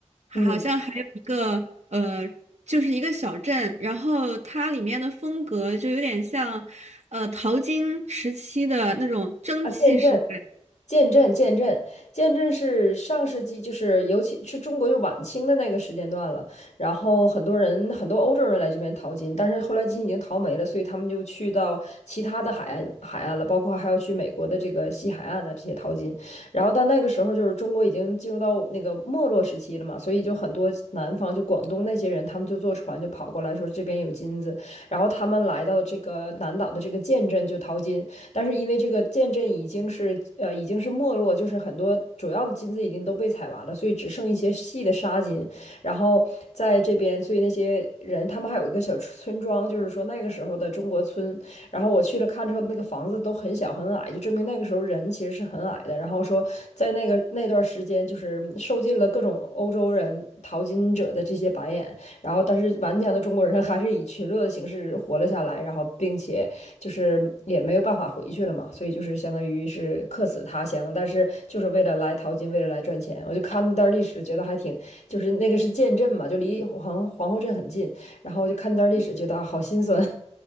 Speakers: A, on the right (about 75°); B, on the left (about 80°).
A: 还好像还有一个呃，
B: 嗯。
A: 就是一个小镇，然后它里面的风格就有点像呃淘金时期的那种蒸汽时代。
B: 啊，见证。见证，见证，见证是上世纪，就是尤其是中国就晚清的那个时间段了。然后很多人，很多欧洲人来这边淘金，但是后来金已经淘没了，所以他们就去到其他的海岸海岸了，包括还要去美国的这个西海岸的这些淘金。然后到那个时候就是中国已经进入到那个没落时期了嘛，所以就很多南方就广东那些人，他们就坐船就跑过来说这边有金子，然后他们来到这个南岛的这个建镇就淘金。但是因为这个建镇已经是呃已经是没落，就是很多主要的金子已经都被采完了，所以只剩一些细的沙金。然后在这边，所以那些人他们还有一个小村庄，就是说那个时候的中国村。然后我去了看之后，那个房子都很小很矮，就证明那个时候人其实是很矮的。然后说在那个那段时间，就是受尽了各种欧洲人淘金者的这些白眼，然后但是顽强的中国人还是以群落的形式活了下来，然后并且就是也没有办法回去了嘛，所以就是相当于是客死他乡，但是就是为了来淘金，为了来赚钱。我就看那段历史，觉得还挺，就是那个是建镇嘛，就离皇皇后镇很近，然后就看那段历史，觉得啊好心酸。<laughs>